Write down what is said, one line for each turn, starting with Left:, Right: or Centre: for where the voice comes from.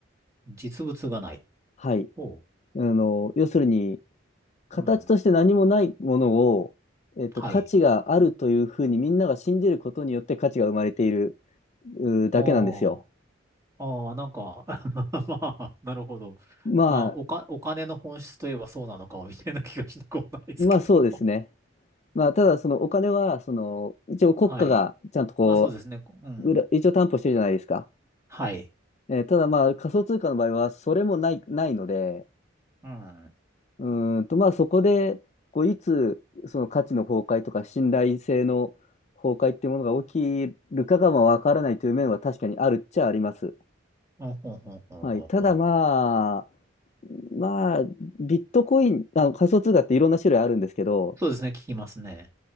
Right: 実物がない。
Left: はい。
Right: ほ
Left: あの、要するに、形として何もないものを、
Right: う。うん。
Left: えっと、
Right: はい。
Left: 価値があるというふうにみんなが信じることによって価値が生まれているうーだけなんですよ。
Right: ああ。ああ、なんか <laughs> まあ、なるほど。
Left: まあ、
Right: まあ、おか、お金の本質といえばそうなのか、みたいな気がしなくもないですけど。
Left: まあそうですね。まあ、ただそのお金は、その、一応国家がちゃんとこ
Right: <laughs> はい。まあ、そうですね。うん。
Left: う、裏一応担保してるじゃないですか。
Right: はい。
Left: えーただまあ仮想通貨の場合はそれもない、ないので、
Right: うん。
Left: うーんと、まあそこで、こういつその価値の崩壊とか信頼性の崩壊っていうものが起きるかがまあわからないという面は確かにあるっちゃあります。
Right: ほんほんほんほんほんほん。
Left: はい。ただまあ、まあ、ビットコイン、あの仮想通貨っていろんな種類あるんですけど、
Right: そうですね。聞きますね。